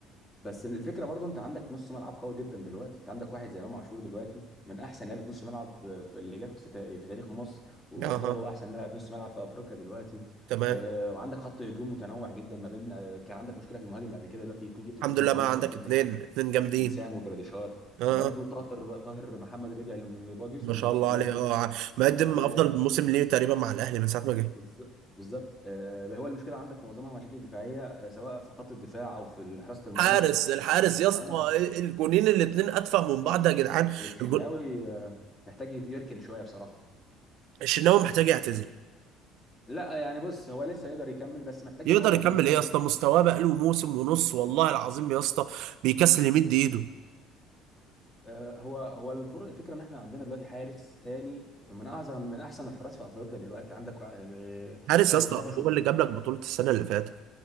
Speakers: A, on the left; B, on the right.
A: بس الفكره برضو انت عندك نص ملعب قوي جدا دلوقتي انت عندك واحد زي امام عاشور دلوقتي من احسن لعيبه نص ملعب في- اللي جت في تا- في تاريخ مصر ويعتبر
B: اها
A: هو احسن لاعب نص ملعب في افريقيا دلوقتي
B: تمام
A: آه، وعندك خط هجوم متنوع جدا ما بين آه، كان عندك مشكله في المهاجم اللي قبل كده دلوقتي اتنين جبت اتنين
B: الحمد
A: مهاجمين
B: لله بقى
A: كويسين
B: عندك اتنين
A: زي
B: اتنين جامدين
A: وسام وجراديشار
B: اه
A: برضو طاهر طاهر محمد رجع اللي بقى جزء
B: ما شاء
A: من مستواه
B: الله عليه
A: برضو.
B: اه ع- مقدم
A: ما شاء الله
B: افضل
A: عليه يعني
B: موسم ليه تقريبا مع الاهلي من ساعه ما جه
A: بالظبط بالظبط آه، هو المشكله عندك معظمها مشاكل دفاعيه آه، سواء في خط الدفاع او في حراسه المرمى
B: حارس الحارس يا اسطى
A: اه
B: الجونين الاتنين اتفه من بعض يا جدعان
A: الشناوي
B: الجون-
A: آه، محتاج يت- يركن شويه بصراحه
B: الشناوي محتاج يعتزل
A: لا يعني بص هو لسه يقدر يكمل بس محتاج
B: يقدر
A: ان هو ير-
B: يكمل
A: يريح
B: ايه يا اسطى مستواه بقاله موسم ونص والله العظيم يا اسطى بيكسل يمد ايده
A: آه، هو هو الفر- الفكره ان احنا عندنا دلوقتي حارس تاني من اعظم من احسن الحراس في افريقيا دلوقتي عندك آه،
B: حارس
A: آه،
B: يا
A: آه،
B: اسطى
A: مصطفى شوبير
B: هو اللي جاب لك بطوله السنه اللي فاتت